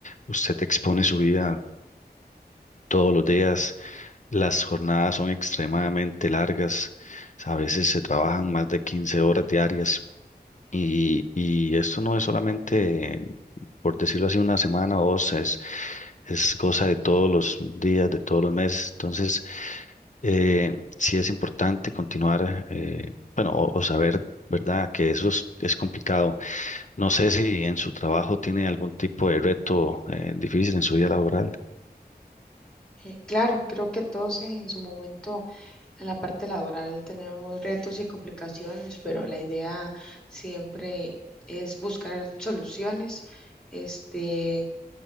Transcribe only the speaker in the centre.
Eh, claro, creo que todos en su momento En la parte laboral tenemos retos y complicaciones, pero la idea siempre es buscar soluciones. Este,